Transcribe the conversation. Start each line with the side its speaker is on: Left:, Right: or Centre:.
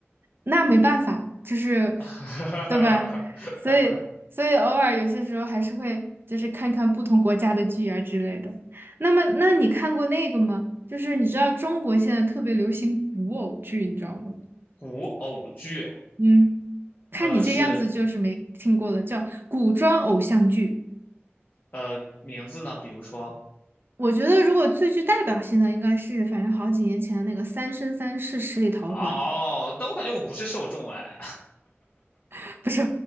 Right: 那没办法嘛，就是
Left: <laughs>
Right: 对吧？所以所以偶尔有些时候还是会就是看看不同国家的剧啊之类的。那么，那你看过那个吗？就是你知道中国现在特别流行古偶剧，你知道吗？
Left: 古偶剧，
Right: 嗯，看你这样子就是没听过了，
Left: 呃，是
Right: 叫古装偶像剧。
Left: 呃，名字呢，比如说，
Right: 我觉得如果最具代表性的，应该是反正好几年前的那个《三生三世十里桃花》，
Left: 哦，但我感觉我不是受众哎，
Right: <laughs> 不是，